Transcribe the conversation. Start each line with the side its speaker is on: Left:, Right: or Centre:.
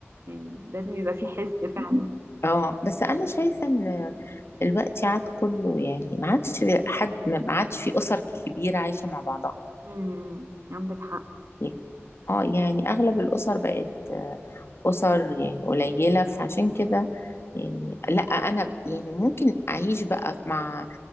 Right: يعني لازم يبقى فيه حس فعلا
Left: اه بس انا شايفه ان الوقت عاد كله يعني ما عادش حد ما عادش في اسر كبيره عايشه مع بعضها
Right: امم عندك حق
Left: يعني. اه يعني اغلب الاسر بقت آه، اسر يعني قليله فعشان كده يعني لا انا يعني ممكن اعيش بقى مع